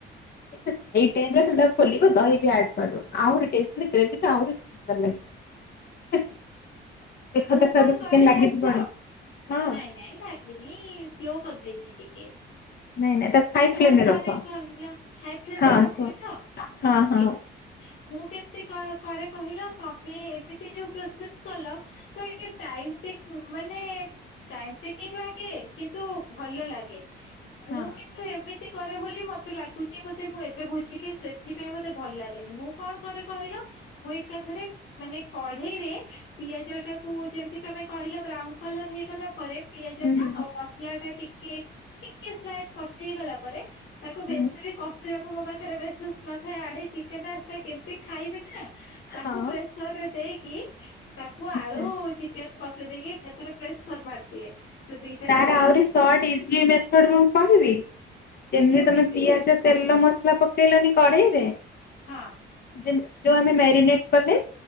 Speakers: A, on the left (about 50°); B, on the left (about 80°).
A: ଠିକ୍ ଅଛି ଏଇ ଟାଇମ୍ ରେ ଯେତଳେ ତାକୁ ଖୋଲିବ ଦହି ବି ଆଡ୍ କରିବ ଆହୁରି ଟେଷ୍ଟ୍ ମାନେ ଗ୍ରେଭିଟା ଆହୁରି ଭଲ୍ ଲାଗିବ ଠିକ୍ ଅଛି। ଦେଖ
B: ମୁଁ
A: ଦେଖ
B: କଣ
A: ଏବେ ଚିକେନ
B: କରେ
A: ଲାଗିଯିବଣି
B: ଜାଣିଛ,
A: ହଁ
B: ନାଇଁ ନାଇଁ ଲା ଗିନି ସ୍ଲୋ କରିଦେଇଛି ଟିକେ।
A: ନାଇଁ ନାଇଁ ତାକୁ ହାଇ
B: ମୁଁ
A: ଫ୍ଲେମରେ
B: କଣ କରେ
A: ରଖ।
B: କହିଲ ହାଏ ଫ୍ରେମ୍ରେ
A: ହଁ
B: ରଖିବି
A: କୁହ
B: ତ?
A: ହଁ
B: ହଉ
A: ହଁ
B: ଠିକ୍ ଅଛି। ମୁଁ କେମିତି କ କରେ କହିଲ ତମେ ଏମିତି ଯୋଉ ପ୍ରସେସ୍ କଲ ତ ଏଇଟା ଟାଇମଟେ ମାନେ ଟାଇମ୍ ଟେକିଂ ଲାଗେ କିନ୍ତୁ ଭଲ ଲାଗେ, ମୁଁ
A: ହଁ।
B: କିନ୍ତ୍ ନ୍ତୁ ଏମିତି କରେ ବୋଲି ମତେ ଲାଗୁଛି ବୋଧେ ମୁଁ ଏବେ ବୁଝିଲି ସେଥିପାଇଁ ବୋଧେ ଭଲ ଲାଗେନି, ମୁଁ କଣ କରେ କହିଲ ମୁଁ ଏକାଥରେ ମାନେ କଢେଇରେ ପିଆଜଟାକୁ ଯେମିତି ତମେ କହିଲ ବ୍ରାଉନ କଲର ହେଇଗଲା ପରେ ପିଆଜଟା
A: ହୁଁ
B: ଆଉ ମସଲାଟା ଟିକେ ଟିକେ ସ୍ଲାଇଟ କଷି ହେଇ ଗଲା ପରେ ତାକୁ
A: ହୁଁ
B: ବେଶୀ ବି କଷିବାକୁ ମୋ ପାଖରେ ବେସିସ୍ ନଥାଏ ଆଡ଼େ ଚିକେନ ଆସିଥାଏ କେମିତି ଖାଇବି ନା। ତାକୁ
A: ହଁ
B: ପ୍ରେସରରେ ଦେଇକି ତାକୁ ଆଳୁ
A: ଆଛା
B: ଚି କେନ୍ ପସେଇ ଦେଇକି ଏକାଥରେ ପ୍ରେସର ମାରିଦିଏ। ସେ ଦିଟା
A: ତାର
B: ସିଟି
A: ଆହୁରି
B: ଦିଟା
A: ସଟ୍ ଇଜି ମେଥଡ଼ ମୁଁ କହିବି, ଯେମିତି
B: କେମିତି
A: ତମେ ପିଆଜ ତେଲ ମସଲା ପକେଇଲନି କଢେଇରେ
B: ହଁ
A: ଯେମି ଯୋଉ ଆମେ ମ୍ୟାରିନେଟ କଲେ?